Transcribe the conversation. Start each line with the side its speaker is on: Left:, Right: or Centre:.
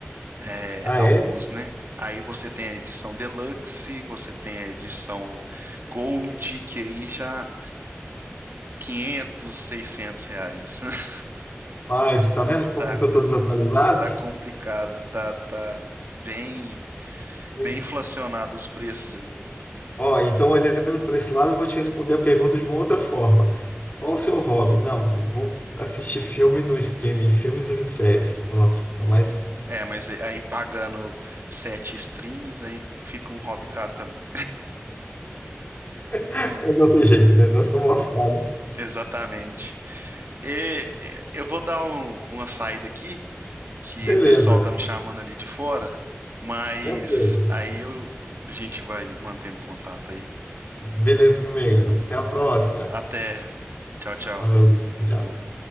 Right: é,
Left: Ah,
Right: alguns,
Left: é?
Right: né? Aí você tem a edição Deluxe, você tem a edição Gold, que aí já 500, 600 reais. <laughs>
Left: Ah, você tá vendo como
Right: Tá,
Left: que eu tô desatualizado?
Right: tá complicado, tá, tá bem,
Left: E-
Right: bem inflacionado os preços aí.
Left: Ó, então olhando para esse lado, eu vou te responder a pergunta de uma outra forma. Qual o seu hobby? Não, vou assistir filme no streaming, filmes e séries. Pronto, tá mais.
Right: É, mas é, aí pagando sete streams, aí fica um hobby caro também.
Left: <laughs> É do outro jeito, né? Nós estamos lascados.
Right: Exatamente. E, e, eu vou dar um- uma saída aqui que
Left: Beleza,
Right: o pessoal tá me chamando ali de fora, mas
Left: tranquilo.
Right: aí eu a gente vai mantendo contato aí.
Left: Beleza, meu amigo. Até a próxima.
Right: Até. Tchau, tchau.
Left: Falou, tchau.
Right: Falou.